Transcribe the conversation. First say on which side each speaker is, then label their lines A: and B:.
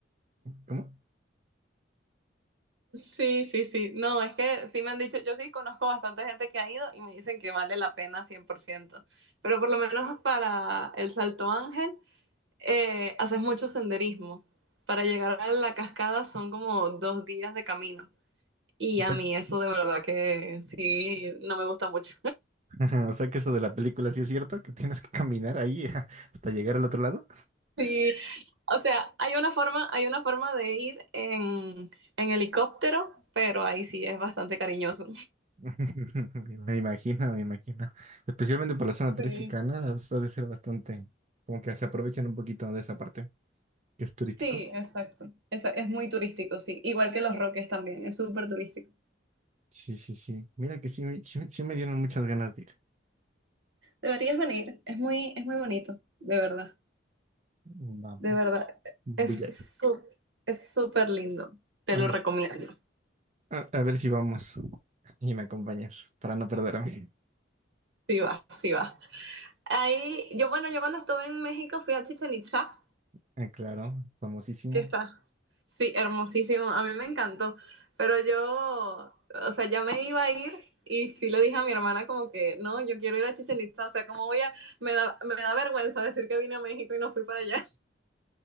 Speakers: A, on the right; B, on the right.
A: ¿Cómo?
B: Sí, sí, sí. No, es que sí me han dicho, yo sí conozco bastante gente que ha ido y me dicen que vale la pena 100%. Pero por lo menos para el Salto Ángel eh, haces mucho senderismo. Para llegar a la cascada son como dos días de camino. Y
A: O
B: a
A: sea,
B: mí eso de verdad que sí, no me gusta mucho.
A: <laughs> o sea que eso de la película sí es cierto, que tienes que caminar ahí <laughs> hasta llegar al otro lado.
B: Sí, o sea, hay una forma, hay una forma de ir en, en helicóptero, pero ahí sí es bastante cariñoso.
A: <laughs> Me imagino, me imagino. Especialmente para la zona turística,
B: Sí,
A: ¿no? O ha de ser bastante, como que se aprovechan un poquito de esa parte que es turístico.
B: sí, exacto. Esa- Es, muy turístico, sí. Igual que Los Roques también, es súper turístico.
A: Sí, sí, sí. Mira que sí, me- sí, sí me dieron muchas ganas de ir.
B: Deberías venir, es muy, es muy bonito, de verdad.
A: Vamos,
B: De verdad,
A: Voy
B: es
A: a ir.
B: su- es súper lindo. Te
A: A
B: lo
A: ver,
B: recomiendo.
A: s- a, a ver si vamos y me acompañas para no perderme.
B: Sí va, sí va. Ahí, yo bueno, yo cuando estuve en México fui a Chichen Itza
A: Ah, claro, famosísimo.
B: ¿Qué está. Sí, hermosísimo. A mí me encantó. Pero yo, o sea, ya me iba a ir y sí le dije a mi hermana como que, no, yo quiero ir a Chichen Itza. O sea, ¿cómo voy a...? Me da, me da vergüenza decir que vine a México y no fui para allá.